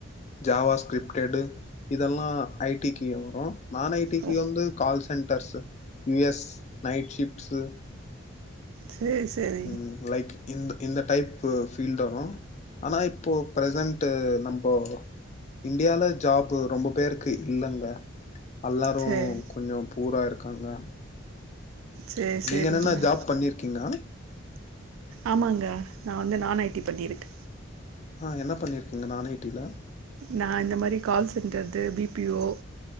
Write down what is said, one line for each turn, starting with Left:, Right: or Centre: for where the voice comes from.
Left: ஜாவா ஸ்கிரிப்டடு இதெல்லா ஐ டிக்கிய வரு நான் ஐ டிக்கி
Right: ஓ
Left: வந்து call centres U S night shifts
Right: சேர் செரி
Left: ம் லைக் இந் இந்த டைப்பு ஃபீல்டு வரு ஆனா இப்போ பிரசன்ட்டு நம்போ இன்டியால ஜாபு ரொம்ப பேருக்கு இல்லங்க அல்லாரு
Right: சேரி
Left: கொஞ்சோ பூரா இருக்காங்க
Right: சேரி
Left: நீங்க
Right: சேரிங்க
Left: என்னென ஜாப் பண்ணிர்க்கீங்க
Right: ஆமாங்க நா வந்து நான் ஐ டி பண்ணிருக்க
Left: ஆ என்ன பண்ணிர்க்கிங்க நான் ஐ டில
Right: நா இந்த மாரி கால் சென்ட்டர்து பி பி ஓ